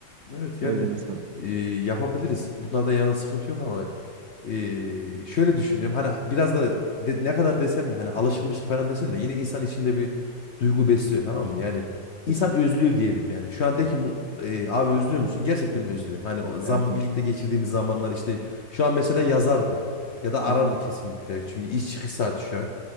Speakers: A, on the left (about 60°); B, on the right (about 75°).
A: Evet
B: Öyle
A: yani
B: deme mesela
A: e, yapabiliriz. Bunlarda yana sıkıntı yok ama e, şöyle düşünüyorum. Hani biraz da de- ne kadar desem de hani alışılmışlık falan desem de yine insan içinde bir duygu besliyor tamam mı? Yani
B: Kesinlikle.
A: insan özlüyor diyelim yani. Şu an de ki mu- e, abi özlüyor musun? Gerçekten özlüyorum. Hani o zam
B: Evet evet.
A: birlikte geçirdiğimiz zamanlar işte şu an mesela yazardı ya da arardı
B: Hı hı,
A: kesinlikle. Çünkü iş çıkış saati şu an.